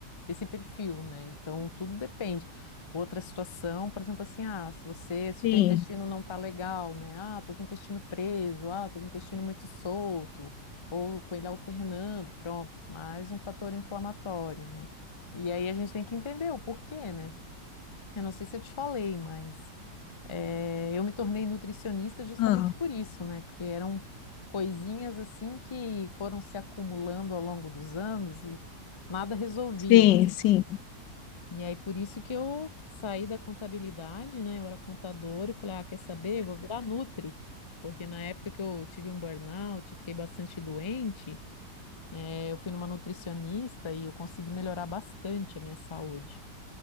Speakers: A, on the left; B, on the left.
A: esse perfil, né? Então tudo depende. Outra situação, por exemplo, assim, ah, se você, se
B: sim,
A: o teu intestino não tá legal, né? Ah, tô com o intestino preso, ah, tô com o intestino muito solto, ou com ele alternando, pronto, mais um fator inflamatório, né? E aí a gente tem que entender o porquê, né? Eu não sei se eu te falei, mas eh, eu me tornei nutricionista justamente
B: Ah,
A: por isso, né? Porque eram coisinhas assim que foram se acumulando ao longo dos anos e nada resolvia,
B: sim,
A: né?
B: sim,
A: E aí por isso que eu saí da contabilidade, né? Eu era contadora e falei, ah, quer saber? Vou virar nutri. Porque na época que eu tive um burnout, fiquei bastante doente, eh, eu fui numa nutricionista e eu consegui melhorar bastante a minha saúde.